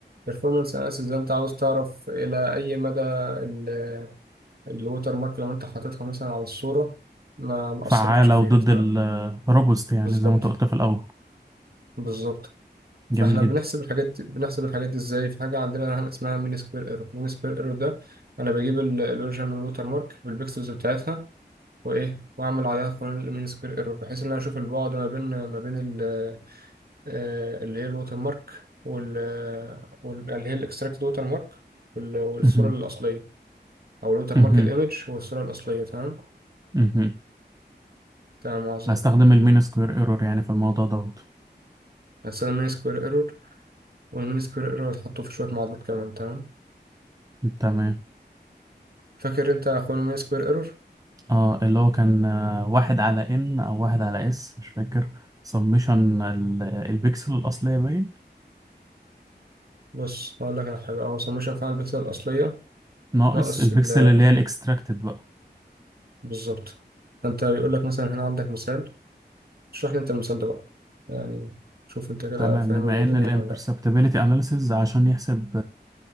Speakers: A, on the right (about 60°); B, on the right (about 20°).
A: performance analysis ده انت عاوز تعرف الى اي مدى ال- الووتر مارك لما انت حاططها مثلا على الصورة ما ما
B: فعالة
A: اثرتش فيها
B: وضد
A: تمام
B: الروبوست يعني
A: بالظبط
B: زي ما انت قلت في الأول
A: بالظبط
B: جميل
A: فاحنا
B: جدا
A: بنحسب الحاجات دي بنحسب الحاجات دي ازاي في حاجه عندنا اسمها مين سكوير ايرور مين سكوير ايرور ده انا بجيب ال- الاوريجينال ووتر مارك بالبيكسلز بتاعتها وايه واعمل عليها قانون المين سكوير ايرور بحيث ان انا اشوف البعد ما بين ما بين ال- آه، اللي هي الووتر مارك وال آه، وال- اللي هي الاكستراكت ووتر مارك وال- والصوره
B: مهم.
A: الاصليه او الووتر
B: مهم.
A: مارك الايمج والصوره الاصليه تمام
B: مهم.
A: تمام عظيم
B: هستخدم المين سكوير ايرور يعني في الموضوع دوت
A: هستخدم مين سكوير ايرور والمين سكوير ايرور هتحطه في شويه معادلات كمان تمام
B: تمام
A: فاكر انت قانون المين سكوير ايرور
B: اه اللي هو كان آه، واحد على ان او واحد على اس مش فاكر سمشن البكسل الأصلية باين
A: بص هقول لك على حاجة اه سموشن فعلا البكسل الأصلية
B: ناقص
A: ناقص
B: البكسل
A: ال آه،
B: اللي هي الاكستراكتد بقى
A: بالظبط فأنت بيقول لك مثلا هنا عندك مثال اشرح لي أنت المثال ده بقى يعني شوف أنت كده
B: تمام
A: فاهم
B: بما
A: الدنيا
B: ان الامبرسبتابيلتي
A: هنا ولا لأ
B: اناليسيز عشان يحسب